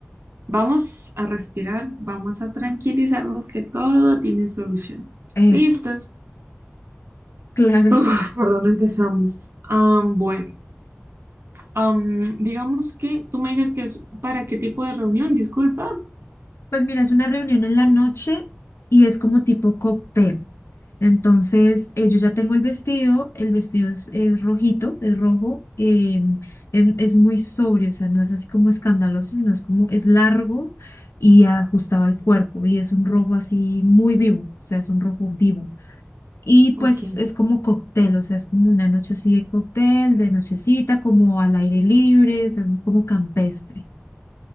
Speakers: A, on the right; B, on the left.
A: Vamos a respirar, vamos a tranquilizarnos que todo tiene solución.
B: es
A: ¿Listos?
B: claro.
A: Uf, ¿por dónde empezamos? Am, bueno, am, digamos que tú me dices que es para qué tipo de reunión, disculpa.
B: Pues mira, es una reunión en la noche y es como tipo cóctel. Entonces, eh, yo ya tengo el vestido, el vestido es, es rojito, es rojo, em, en- es, muy sobrio, o sea, no es así como escandaloso, sino es como, es largo y ajustado al cuerpo y es un rojo así muy vivo, o sea, es un rojo vivo. Y pues
A: Ok,
B: es como cóctel, o sea, es como una noche así de cóctel, de nochecita, como al aire libre, o sea, es como campestre.